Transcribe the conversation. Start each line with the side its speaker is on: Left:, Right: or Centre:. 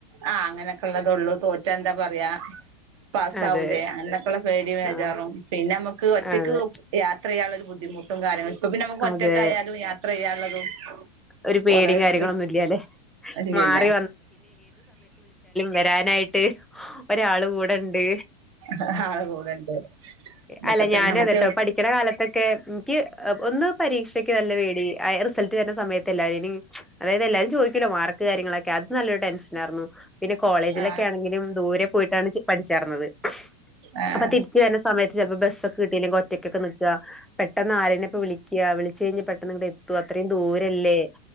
Right: ആ അങ്ങനെയൊക്കെ ഉള്ളതാ ഉള്ളൂ തോറ്റാ എന്താ പറയാ പാസ്സാവൂലെ
Centre: അതെ
Right: അങ്ങനൊക്കുള്ള പേടിയും ബേചാറും
Centre: ആ
Right: പിന്നെ നമു നമുക്ക് ഒറ്റക്ക്
Centre: അതെ
Right: യാത്ര ചെയ്യാനുള്ള ഒരു ബുദ്ധിമുട്ടും കാര്യങ്ങളും ഇപ്പൊ പിന്നെ നമുക്ക് ഒറ്റക്കായാലും
Centre: അതെ
Right: യാത്ര ചെയ്യാനുള്ളതും
Centre: ഒരു പേടിയും
Right: കൊറേ ഇങ്ങോട്ട്
Centre: കാര്യങ്ങളൊന്നും ഇല്ലാല്ലെ
Right: ഇല്ല
Centre: മാറി
Right: ഇല്ല
Centre: എരാര് <unintelligible> നായിട്ട് ഒരാള് കൂടെ ഇണ്ട്
Right: ഹ ഹാ കൂടെണ്ട്. ഇതൊക്കെ
Centre: അല്ല
Right: തന്നെ
Centre: ഞാനും
Right: നമുക്ക്
Centre: അതെട്ടോ പഠിക്കണ കാലത്തൊക്കെ എനിക്ക്- ഒന്ന് പരീക്ഷയ്ക്ക് നല്ല പേടി ഐ റിസ് റിസൾട്ട് വരുന്ന സമയത്ത് എല്ലാരേനും അതായത് എല്ലാരും ചോദിക്കോല്ലോ മാർ ക്ക്‌ കാര്യങ്ങള അതു നല്ലൊരു ടെൻഷനാരുന്നു പിന്ന കോളേജിലൊക്കെ
Right: ആ
Centre: ആണെകിലും ദൂര പോയിട്ടാണ് പഠിച്ചാർന്നത്
Right: ആ
Centre: അപ്പം തിരിച്ച്കേറുന്ന സമയത്ത് ചെലപ്പ ബസ് വീട്ടില് ഒറ്റക്കൊക്ക നിക്കാ പെട്ടനാരെലൊക്കെ വിളിക്ക വിളിച്ച് കൈഞ്ഞ് പെട്ടന്നങ്ങടാ എത്തുവ അത്രേം ദൂരല്ലേ